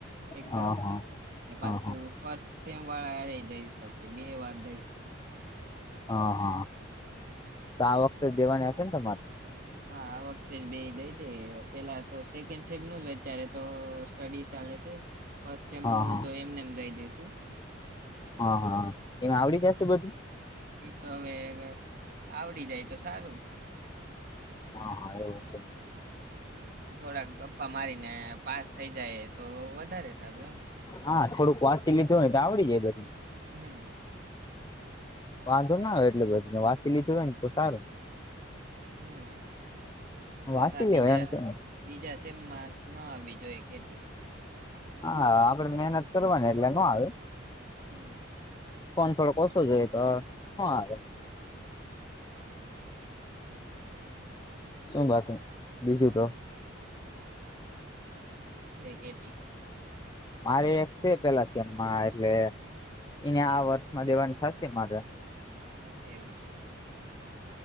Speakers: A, on the right (about 50°); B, on the left (about 20°).
A: એક્ઝામ
B: હા હા
A: ને પાછુ,
B: હા હા
A: ફર્સ્ટ સેમ વાળા આ રીતે એ બે વાર દઈશ.
B: હા હા તો આ વખતે દેવાની હશે ને તમારે તો?
A: હા આ વખતે જ બે દઈ દે પેલા તો સેકન્ડ સેમ નું જ અત્યારે તો સ્ટડી ચાલે છે ફર્સ્ટ સેમનું
B: હા હા
A: તો એમને એમ દઈ દેશું.
B: હા હા એમાં આવડી જશે બધું?
A: એ તો હવે આવડી જાય તો સારું.
B: હા હા એવું છે.
A: થોડાક ગપ્પા મારીને પાસ થઈ જાય તો વધારે સારું એમ.
B: હા થોડુંક વાસી લીધું હોય તો આવડી જાય બધું.
A: હમ
B: વાંધો ના આવે એટલુ બધું વાંચી લીધું હોય ને તો સારું.
A: હમ બસ
B: વાંચી
A: આ બીજા
B: લેવાય એમ કે
A: બીજા સેમમાં ન આવવી જોએ કેેટી.
B: હા આપડે મહેનત કરવાની એટલે નો આવે.
A: હમ
B: ફોન થોડો ઓછો જોઈએ તો નો આવે.
A: <unintelligible>
B: શું બાકી બીજું તો?
A: કેેટી.
B: મારે એક સે પેલા <inaudible> એને આ વર્ષમાં દેવાની થશે મારે.
A: એવું છે.